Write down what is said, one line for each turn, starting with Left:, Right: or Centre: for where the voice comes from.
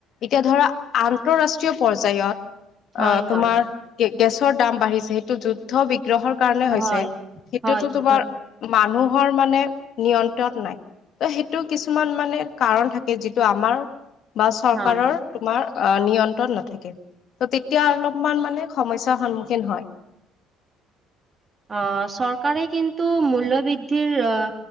Left: এতিয়া ধৰা আন্তৰাষ্ট্ৰীয় পৰ্যায়ত
Right: হয়
Left: অ',
Right: হয়
Left: তোমাৰ কি গেছৰ দাম বাঢ়িছে, সেইটো যুদ্ধ বি গ্ৰহৰ কাৰণে হৈছে,
Right: হয়
Left: সেইটোতো
Right: হয় যুদ্ধ
Left: তোমাৰ মানুহ <unintelligible> মানে নিয়ন্ত্ৰণ নাই, ত সেইটো কিছুমান মানে কাৰণ থাকে যিটো আমাৰ বা চৰকাৰৰ
Right: হয়
Left: তোমাৰ অ', নিয়ন্ত্ৰণ নাথাকে। ত', তেতিয়া অলপমান মানে সমস্যাৰ সন্মুখীন হয়।
Right: আহ, চৰকাৰে কিন্তু মূল্যবৃদ্ধিৰ আহ,